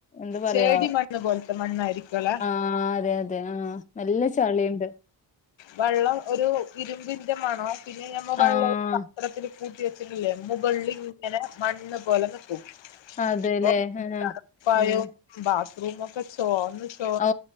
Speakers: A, on the left; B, on the left.
A: എന്താ പറയാ
B: ചേടി മണ്ണ് പോലത്തെ മണ്ണായിരിക്കുല്ലെ
A: ആഹ് അതെ അതെ ആഹ് നല്ല ചളിണ്ട്
B: വള്ളം ഒരു ഇരുമ്പിൻന്റെ മണോ പിന്നെ ഞമ്മ വെള്ളം
A: ആഹ്
B: പാത്രത്തിൽ കൂട്ടി വെ മുകളിൽ ഇങ്ങനെ മണ്ണ് പോലെ നിക്കും
A: അതെല്ലേ
B: ഇപ്പം
A: ആഹ്
B: തണുപ്പയായോട്ട്
A: ഉം
B: ബാത്ത്റുമൊക്കെ ചോർന്ന്ട്ട്
A: ഓ